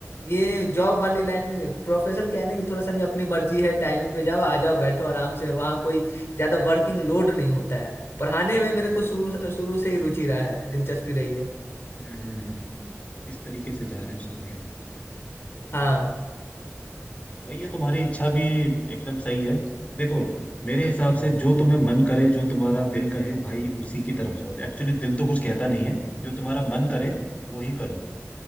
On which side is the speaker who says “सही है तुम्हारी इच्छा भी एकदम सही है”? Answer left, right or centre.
Left